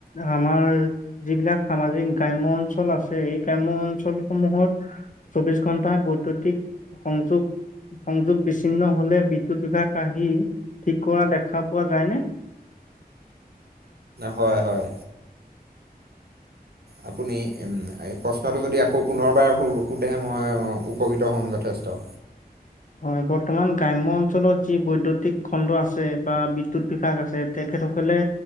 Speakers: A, on the left; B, on the right.
A: আমাৰ যিবিলাক সামাজিক গ্ৰাম্য অঞ্চল আছে এই গ্ৰাম্য অঞ্চলসমূহত চৌবিছ ঘণ্টা বৈদ্যুতিক সংযোগ সংযোগ বিছিন্ন হলে বিদ্যুৎ বিভাগ আহি ঠিক কৰা দেখা পোৱা যায়নে
B: হয় হয় আপুনি এই প্ৰশ্নটো যদি আকৌ পুনৰবাৰ সো সোধে মই উপকৃত হ'ম যথেষ্ট
A: হয় বৰ্তমান গ্ৰাম্য অঞ্চলত যি বৈদ্যুতিক খণ্ড আছে বা বিদ্যৎ বিভাগ আছে তেখেতসকলে